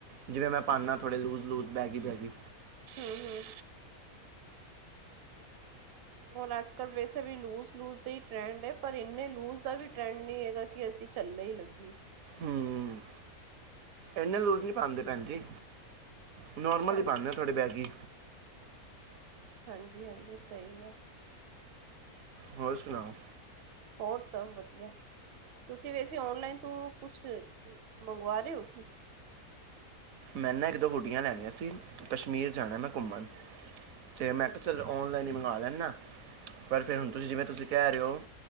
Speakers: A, on the right; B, on the right.
A: ਜਿਵੇਂ ਮੈਂ ਪਾਉਦਾ ਥੋੜ੍ਹੇ ਲੂਜ਼ ਲੂਜ਼ ਬੈਗੀ ਬੈਗੀ।
B: ਹੂੰ ਹੋਰ ਅੱਜ ਕੱਲ ਵੈਸੇ ਵੀ ਲੂਜ ਲੂਜ ਦਾ ਹੀ ਟਰੈਂਡ ਹੈ ਪਰ ਇੰਨੇ ਲੂਜ ਦਾ ਵੀ ਟਰੈਂਡ ਨਹੀਂ ਹੈਗਾ ਕਿ ਅਸੀਂ। ਝੱਲੇ ਹੀ ਲੱਗੀਏ।
A: ਹਮ ਇੰਨੇ ਲੂਜ਼ ਨਹੀਂ ਪਾਉਂਦੇ ਭੈਣ ਜੀ। ਨੋਰਮਲੀ
B: ਹਾਂਜੀ
A: ਪਾਉਦੇ ਤੁਹਾਡੇ ਬੈਗੀ।
B: ਹਾਂਜੀ ਹਾਂਜੀ ਸਹੀ ਆ।
A: ਹੋਰ ਸੁਣਾਓ?
B: ਹੋਰ ਸਭ ਵਧੀਆ, ਤੁਸੀਂ ਵੈਸੇ ਔਨਲਾਈਨ ਤੋਂ ਕੁਛ? ਮੰਗਵਾ ਰਹੇ ਹੋ?
A: ਮੈ ਨਾ ਇੱਕ ਦੋ ਹੁਡੀਆਂ ਲੈਣੀਆਂ ਸੀ ਕਸ਼ਮੀਰ ਜਾਣਾ ਮੈਂ ਘੁੰਮਣ
B: ਹੂੰ-ਹੂੰ
A: ਤੇ ਮੈਂ ਕਿਹਾ
B: ਅੱਛਾ-ਅੱਛਾ
A: ਚਲੋ ਔਨਲਾਈਨ ਹੀ ਮੰਗਵਾ ਲੈਦਾ। ਪਰ ਫਿਰ ਹੁਣ
B: ਹੂੰ-ਹੂੰ
A: ਤੁਸੀਂ ਜਿਵੇਂ ਤੁਸੀਂ ਕਹਿ ਰਹੇ ਹੋ।